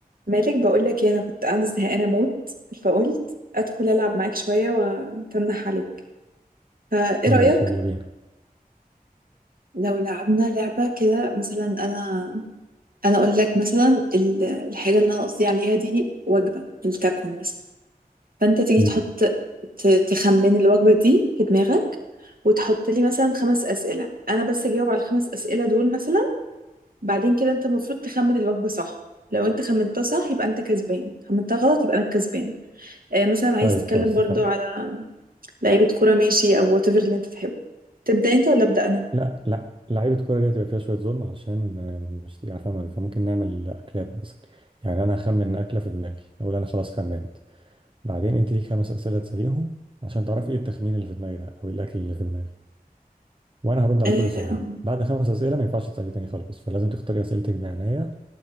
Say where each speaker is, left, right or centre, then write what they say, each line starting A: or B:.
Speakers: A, on the right; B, on the right.
A: مالك بقول لك انا كنت قاعده زهقانه موت فقلت ادخل العب معاك شويه واتنح عليك فايه
B: ماشي
A: رايك
B: يلا بينا
A: لو لعبنا لعبه كده مثلا انا انا اقول لك مثلا ال- الحاجه اللي انا قصدي عليها دي وجبه الكاكون مثلا فانت تيجي
B: مم.
A: تحط ت- تخمن الوجبه دي في دماغك وتحط لي مثلا خمس اسئله انا بس اجاوب على الخمس اسئله دول مثلا بعدين كده انت المفروض تخمن الوجبه صح لو انت خمنتها صح يبقى انت كسبان خمنتها غلط يبقى انا الكسبان آه، مثلا عايز
B: طيب
A: تتكلم
B: خلاص
A: برضو
B: اتفقنا
A: على لعيبة كورة ماشي أو whatever اللي أنت تحبه تبدأ أنت ولا أبدأ أنا؟
B: لا لا لعيبة كورة دي هتبقى فيها شوية ظلم عشان آم، مش تبقى عارفة أمريكا فممكن نعمل أكلات مثلا يعني أنا هخمن أكلة في دماغي أقول أنا خلاص خمنت بعدين أنت ليك خمس أسئلة تسأليهم عشان تعرفي إيه التخمين اللي في دماغي ده أو إيه الأكل اللي في دماغي وأنا هرد على
A: آه،
B: كل سؤال بعد خمس أسئلة ما ينفعش تسألي تاني خلاص فلازم تختاري أسئلتك بعناية